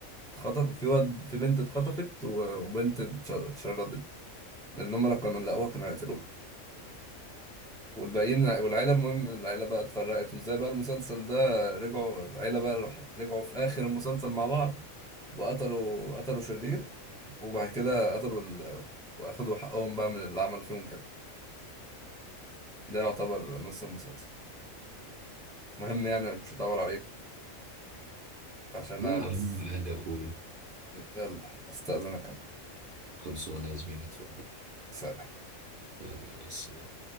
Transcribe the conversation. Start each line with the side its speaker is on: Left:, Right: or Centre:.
Centre: اتخطف في واد في بنت اتخطفت و- وبنت اتشردت لأن هم لو كانوا لقوها كانوا هيقتلوها والباقيين والعيلة المهم العيلة بقى اتفرقت وازاي بقى المسلسل ده رجعوا العيلة بقى رح- رجعوا في آخر المسلسل مع بعض وقتلوا قتلوا شرير وبعد كده قتلوا ال... وأخدوا حقهم بقى من اللي عمل فيهم كده ده يعتبر نص المسلسل المهم يعني مش هطول عليك عشان أنا
Right: لا يا
Centre: بس
Right: حبيبي عادي يا اخوي
Centre: يلا أستأذنك أنا
Right: خلصونا يا زميلي اتفضل
Centre: سلام
Right: يلا مع السلامه